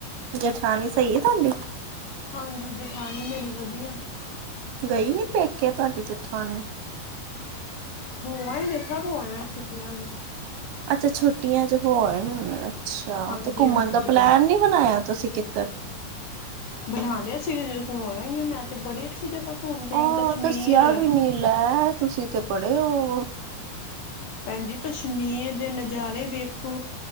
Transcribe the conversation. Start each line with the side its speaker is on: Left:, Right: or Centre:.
Right: ਜਠਾਣੀ ਸਹੀ ਹੈ ਤੁਹਾਡੀ
Left: ਹਾਂਜੀ ਜੇਠਾਣੀ ਮੇਰੀ ਵਧੀਆ।
Right: ਗਈ ਨੀ ਪੇਕੇ ਤੁਵਾਡੀ ਜੇਠਾਣੀ?
Left: ਹੋ ਆਏ ਨੇ ਸਬ ਹੋ ਆਏ ਨੇ ਛੁਟੀਆਂ ਚ
Right: ਅੱਛਾ ਛੁੱਟੀਆਂ ਚ ' ਹੋ ਆਏ ਹੋਣੇ ਨੇ ਅੱਛਾ
Left: ਹਾਂਜੀ
Right: ਤੇ ਘੁੰਮਣ
Left: ਹਾਂਜੀ
Right: ਦਾ ਪਲੈਨ ਨਹੀਂ ਬਣਾਇਆ ਤੁਸੀਂ ਕਿੱਧਰ
Left: ਬਣਾ ਲਿਆ ਸੀ ਹੋ ਆਇ ਆ ਮੈਂ ਤੇ ਬੜੀ ਅੱਛੀ ਜਗ੍ਹਾ ਘੁੰਮ ਕੇ
Right: ਆਹ
Left: ਆਈ ਕਸ਼ਮੀਰ
Right: ਦੱਸਿਆ ਵੀ ਨੀ ਲੈ ਤੁਸੀਂ ਤੇ ਪੜ੍ਹੇ ਔਹ ਵੋ
Left: ਭੈਣਜੀ ਕਸ਼ਮੀਰ ਦੇ ਨਜ਼ਾਰੇ ਵੇਖੋ